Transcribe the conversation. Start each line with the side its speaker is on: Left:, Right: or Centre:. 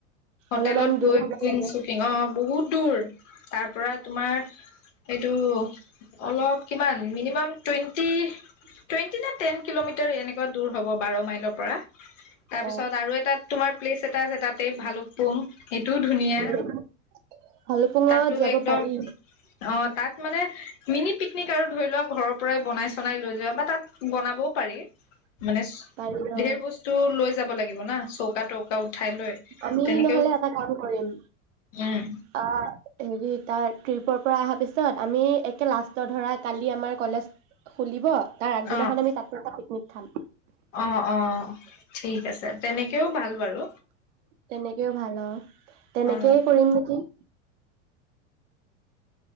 Left: হোটেলত
Right: অলপমান
Left: গৈ
Right: দূৰ হ'ব
Left: বুকিং
Right: চাগে
Left: শ্বুটিং অ বহুত দূৰ তাৰ পৰা তোমাৰ সেইটো অলপ কিমান মিনিমাম টুৱেন্টি নে টেন কিলোমিটাৰ এনেকুৱা দূৰ হ'ব বাৰ মাইলৰ পৰা তাৰপিছত
Right: অ
Left: আৰু এটা তোমাৰ প্লেচ এটা আছে তাতে ভালোক কম সেইটোও ধুনীয়া
Right: অ ভালুপুঙত
Left: তাতো
Right: যাব
Left: একদম
Right: পাৰি
Left: অ তাত মানে মিনি পিকনিক আৰু ধৰি লোৱা ঘৰৰ পৰাই বনাই চনাই লৈ যোৱা বা তাত বনাবও পাৰি মানে
Right: পাৰি অ
Left: ধেৰ বস্তু লৈ যাব লাগিব ন চৌকা তৌকা উঠাই লৈ
Right: আমি
Left: তেনেকেও
Right: নহলে এটা কাম কৰিম
Left: উম,
Right: আহ হেৰি তাৰ ট্ৰিপৰ পৰা অহা পিছত আমি একে লাষ্টত ধৰা কালি আমাৰ কলেজ খুলিব তাৰ আগদিনাখন
Left: অ',
Right: আমি তাত এটা পিকনিক খাম।
Left: অ অ ঠিক আছে তেনেকেও ভাল বাৰু
Right: তেনেকেও ভাল আৰু তেনেকেই
Left: অ',
Right: কৰিম নেকি?